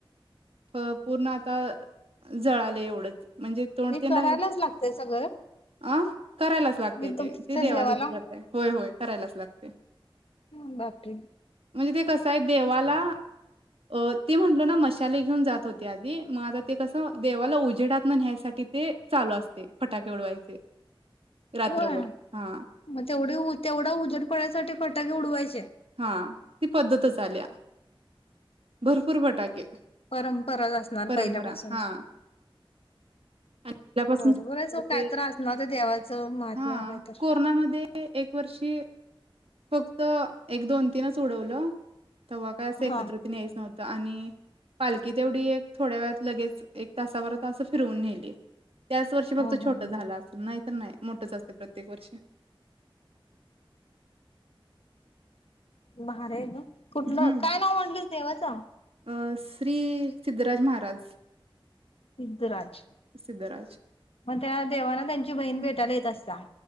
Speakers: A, on the right; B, on the left.
A: तर पूर्ण आता जळालं एवढंच म्हणजे तोंड
B: हे
A: तेन
B: करायलाच
A: राहील
B: लागतय सगळं
A: अ करायलाच लागतय
B: एकदमच्या
A: ते त देवाजच
B: देवाला
A: करत आहे होय होय. करायलाच लागतय.
B: हम बापरे!
A: म्हणजे ते कसं आहे देवाला अ ती म्हटलो ना मशाली घेऊन जात होते. त्या आधी मग आता ते कसं देवाला उजेडात तण न्हायसाठी ते चालू असते फटाके उडवायचे. रात्रभर
B: होय
A: हा
B: मग तेवढे तेवढा उजेड पडायसाठी फटाके उडवायचे.
A: हा ती पद्धतच आलिया भरपूर फटाके
B: परंपरा असणार
A: परंपरा
B: पहिल्यापासूनची
A: हा आणि त्यापासून
B: बरोबर आहे सोड
A: ते
B: कायतर असणार देवाचं महात्म्या
A: हां,
B: तन काय तर
A: कोरोनामध्ये एक वर्षी फक्त एक दोन तीनच उडवलं. तेव्हा काय असं एकत्र
B: हा
A: तण यायचं नव्हंत. आणि पालखी तेवढी एक थोड्या वेळात लगेच एक तासाभरात फिरवून नेली. त्याच वर्षी
B: हा
A: फक्त
B: हा
A: छोटं
B: हा
A: झालं असेल नाही तर नाही मोठच असते प्रत्येक वर्षी
B: भारी आहे न्हव. कुठलं
A: हं,
B: काय नाव म्हटलस देवाचं
A: अ, श्री सिद्धराज महाराज
B: सिद्धराज
A: सिद्धराज.
B: मग त्या देवाना त्यांची बहीण भेटायला ये तसा